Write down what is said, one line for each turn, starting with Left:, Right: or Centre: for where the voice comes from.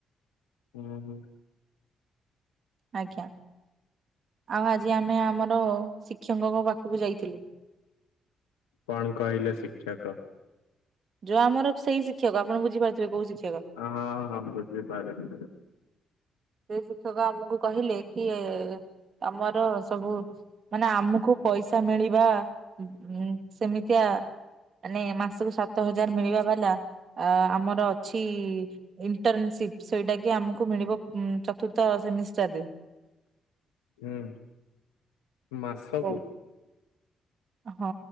Left: ହୁଁ ହୁଁ।
Right: ଆଜ୍ଞା ଆଉ ଆଜି ଆମେ ଆମର ଶିକ୍ଷକଙ୍କ ପାଖ କୁ ଯାଇଥିଲୁ?
Left: କଣ କହିଲେ ଶିକ୍ଷକ?
Right: ଯୋଉ ଆମର ସେଇ ଶିକ୍ଷକ ଆପଣ ବୁଝିପାରୁଥିବେ କୋଉ ଶିକ୍ଷକ?
Left: ହଁ ହଁ ବୁଝିପାରିଲି
Right: ସେ ଶିକ୍ଷକ ଆମକୁ କହିଲେ କି ଆମର ସବୁ ମାନେ ଆମକୁ ପଇସା ମିଳିବା ଉ ସେମିତିଆ ମାନେ ମାସକୁ ସାତ ହଜାର ମିଳିବା ବାଲା ଅ ଆମର ଛି ଇଣ୍ଟରନସିପ ସେଇଟା କି ଆମକୁ ମିଳିବ ଉଁ ଚତୁର୍ଥ ସେମିଷ୍ଟାର ରେ।
Left: ହୁଁ ମାସକୁୁ
Right: ହଉ। ହଁ